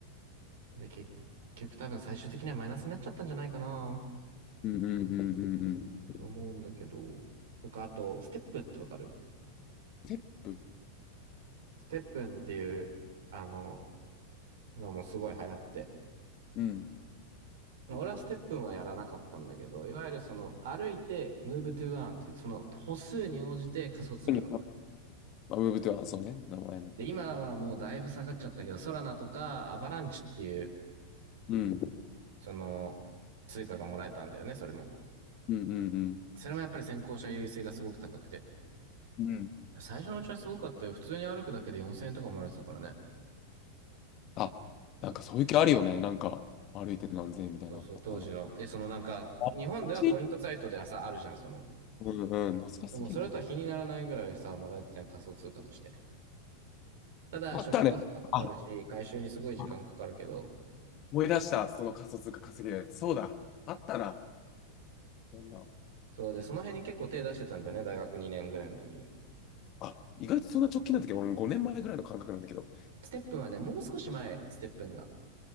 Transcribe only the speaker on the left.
うん。うん。うん。うん。うん。
ステップ。
うん。
うん。あ、ウェブではそうね、名前の通り。
うん。
うんうん
うん。うん。
あ、なんかそういう気あるよね。なんか、歩いて何千円みたいな。
あったな。
あ懐かしい
うんうん。懐かしすぎるな。
あったね。あ、
あ思い出した。その仮想通貨稼ぎで。そうだ。あったな。そんな。
あ、意外とそんな直近なんだけど、俺も5年前ぐらいの感覚なんだけど。